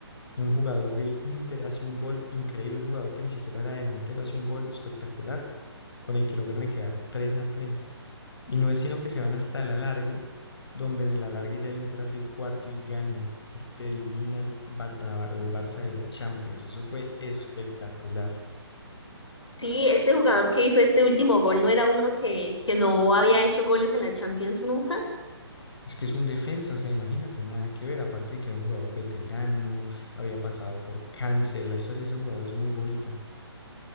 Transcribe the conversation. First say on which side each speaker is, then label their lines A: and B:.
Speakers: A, on the left; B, on the left.
A: un jugador del Inter hace un gol increíble, un jugador que ni siquiera era delantero, hace un gol espectacular, con el que logran quedar tres a tres Y no es sino que se van hasta el alargue, donde en el alargue ya el Inter hace el cuarto y gana, y te elimina el, Bar- la Bar- el Barça de la Champions. Eso fue espectacular.
B: Sí, este jugador que hizo este último gol no era uno que, que no había hecho goles en la Champions nunca.
A: Es que es un defensa, o sea, imagínate, nada que ver, aparte de que era un jugador veterano, había pasado por cáncer, la historia de ese jugador es muy bonita.